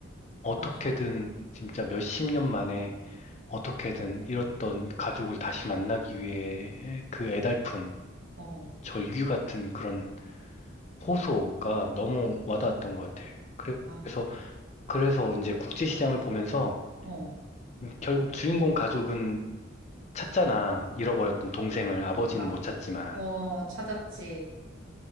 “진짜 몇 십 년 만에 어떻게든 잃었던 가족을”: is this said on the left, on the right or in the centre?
Left